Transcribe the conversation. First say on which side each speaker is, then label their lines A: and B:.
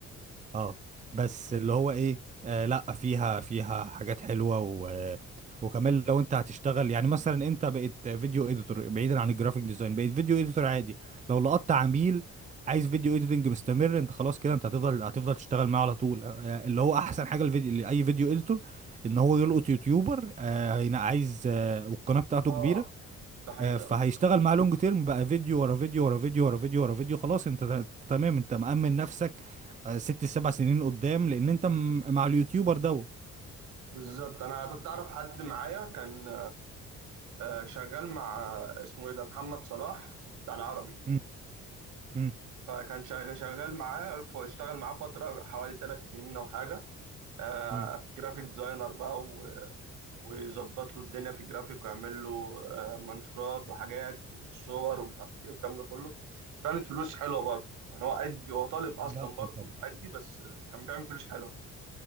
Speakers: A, on the right (about 25°); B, on the right (about 85°).
A: اه بس اللي هو ايه آه لا فيها فيها حاجات حلوه و وكمان لو انت هتشتغل يعني مثلا انت بقيت فيديو اديتور بعيدا عن الجرافيك ديزاين بقيت فيديو اديتور عادي لو لقطت عميل عايز فيديو اديتنج مستمر انت خلاص كده انت هتفضل هتفضل تشتغل معاه على طول آه آه، اللي هو احسن حاجه الفيديو لاي فيديو اديتور ان هو يلقط يوتيوبر آه هنا- عايز آه والقناه بتاعته
B: اه
A: كبيره
B: ده حقيقة
A: آه، فهيشتغل مع لونج تيرم بقى فيديو ورا فيديو ورا فيديو ورا فيديو ورا فيديو خلاص انت ت- تمام انت مأمن نفسك آه، ست سبع سنين قدام لان انت م- مع اليوتيوبر دوت
B: بالظبط انا كنت اعرف حد معايا كان آه، شغال مع آه، اسمه ايه ده محمد صلاح بتاع العربي
A: مم. مم.
B: فكان شغال شغال معاه فاشتغل معاه فتره حوالي ثلاث سنين او حاجه آه،
A: مم.
B: جرافيك ديزاينر بقى و- ويظبط له الدنيا في الجرافيك ويعمل له آه، منشورات وحاجات وصور ومش عارف ايه والكلام ده كله كانت فلوس حلوه برضه يعني هو قدي هو طالب اصلا
A: لا
B: برضه
A: طبعا
B: قدي بس آه، كان بيعمل فلوس حلوه